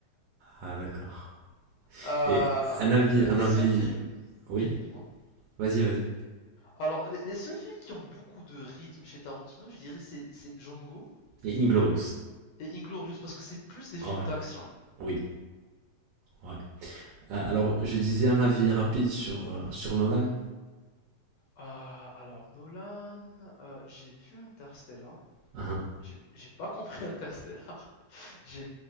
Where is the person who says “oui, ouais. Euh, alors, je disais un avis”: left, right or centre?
Right